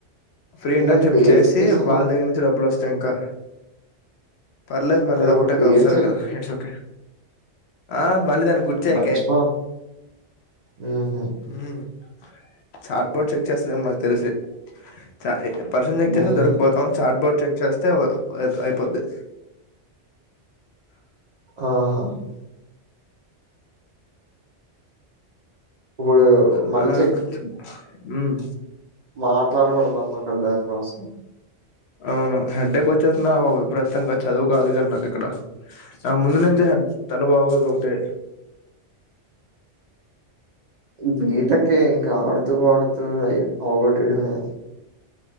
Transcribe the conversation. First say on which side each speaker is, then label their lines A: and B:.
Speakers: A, on the left; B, on the right.
A: ఫ్రీ ఇంటర్న్షిప్
B: నేను పేరు
A: చేసి
B: చెప్పేసాను.
A: వాళ్ళ దగ్గర నుంచి డబ్బులు వస్తాయి ఇంకా పర్లేదు పర్లేదు
B: నేనిప్పుడు
A: ఒకటే
B: పేరు
A: కదా ఒకసారెకదా
B: చెప్
A: ఇట్స్ ఓకే ఆ మళ్ళీదాన్నీ గుర్చెయికే
B: మర్చిపో హుహు.
A: ఉమ్ చాట్ బోర్డ్ చెక్ చేస్తుందేమో మాకు తెలిసి చ ప్రసిందేక్తేమో
B: హుహు.
A: దొరికుతం చాట్ బోడ్ చెక్ చేస్తే అయిపొద్ది
B: ఆహా ఇప్పుడు
A: ఎలా
B: మళ్ళీ
A: కొచ్చెం ఉమ్
B: మాట్లాడకూడదమ్మా పెద్ద దానికోసం
A: అవును హెడ్డక్ వచ్చేస్తుంది రా బాబు విప్రీతంగా చదువు కాదు కానీ నాకు ఇక్కడ ముందు నుంచి తల బాగోదు ఒకటి
B: బిటెక్కే ఇంకా ఆడుతూ పాడుతూ అ అవ్వగోటైడమే